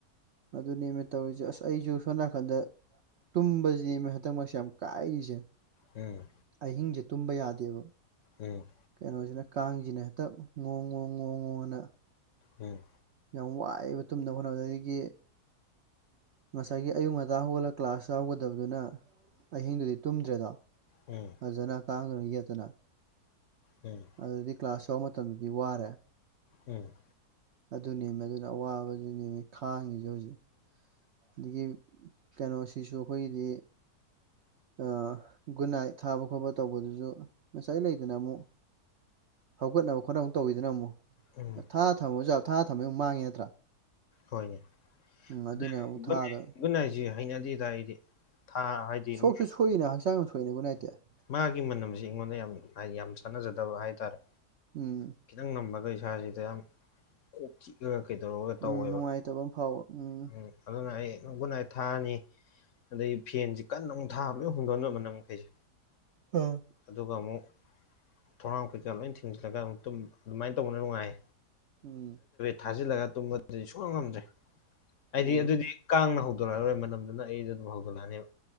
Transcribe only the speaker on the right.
ꯑꯗꯨꯅꯦꯃꯤ ꯇꯧꯔꯤꯁꯦ ꯑꯁ ꯑꯩꯁꯨ ꯁꯣꯝ ꯅꯥꯀꯟꯗ ꯇꯨꯝꯕꯁꯤꯅꯦ ꯃꯤ ꯍꯟꯇꯛ ꯃꯔꯛꯁꯦ ꯌꯥꯝ ꯀꯥꯏꯔꯤꯁꯦ
ꯑꯍꯤꯡꯁꯦ ꯇꯨꯝꯕ ꯌꯥꯗꯦꯕ
ꯀꯩꯅꯣꯁꯤꯅ ꯀꯥꯡꯁꯤꯅ ꯍꯦꯛꯇ ꯉꯣꯡ ꯉꯣꯡ ꯉꯣ ꯉꯨꯅ
ꯌꯥꯝ ꯋꯥꯏꯑꯦꯕ ꯇꯨꯝꯅꯕ ꯍꯣꯠꯅꯕ ꯑꯗꯒꯤ ꯉꯁꯥꯏꯒꯤ ꯑꯌꯨꯛ ꯉꯟꯇꯥ ꯍꯧꯒꯠꯂꯒ ꯀ꯭ꯂꯥꯁ ꯌꯥꯎꯒꯗꯕꯗꯨꯅ ꯑꯍꯤꯡꯗꯨꯗꯤ ꯇꯨꯝꯗ꯭ꯔꯦꯗꯣ
ꯐꯖꯅꯥ ꯀꯥꯥꯟꯒꯗꯣ ꯌꯦꯠꯇꯅ
ꯑꯗꯨꯗꯤ ꯀ꯭ꯂꯥꯁ ꯌꯥꯎꯕ ꯃꯇꯝꯗꯗꯤ ꯋꯥꯔꯦ
ꯑꯗꯨ ꯅꯦꯝꯃꯦ ꯑꯗꯨꯅ ꯑꯋꯥꯕꯁꯤꯅꯦꯃꯤ ꯈꯥꯡꯉꯤꯁꯦ ꯍꯧꯖꯤꯛ ꯑꯗꯒꯤ ꯀꯩꯅꯣꯁꯤꯁꯨ ꯑꯈꯣꯏꯒꯤꯗꯤ ꯑ ꯒꯨꯗ ꯅꯥꯏꯠ ꯊꯥꯕ ꯈꯣꯠꯄ ꯇꯧꯕꯗꯨꯁꯨ ꯉꯁꯥꯏ ꯂꯩꯗꯅ ꯑꯃꯨꯛ ꯍꯧꯒꯠꯅꯕ ꯈꯣꯠꯅꯕ ꯇꯧꯋꯤꯗꯅ ꯑꯃꯨꯛ
ꯊꯥ ꯊꯝꯃꯨꯁꯨ ꯌꯥ ꯊꯥ ꯊꯝꯕꯩ ꯑꯃꯨꯛ ꯃꯥꯡꯉꯦ ꯅꯠꯇ꯭ꯔꯥ
ꯎꯝ ꯑꯗꯨꯅ ꯑꯃꯨꯛ ꯊꯥꯗ
ꯁꯣꯛꯁꯨ ꯁꯣꯛꯏꯅ ꯍꯛꯆꯥꯡ ꯁꯣꯛꯏꯅ ꯒꯨꯗꯅꯥꯏꯠꯇꯤ <unintelligible>
ꯎꯝ
ꯎꯝ
ꯅꯨꯡꯉꯥꯏꯇꯕ ꯑꯃ ꯐꯥꯎꯕ ꯎꯝ
ꯑꯝ
ꯎꯝ
ꯑ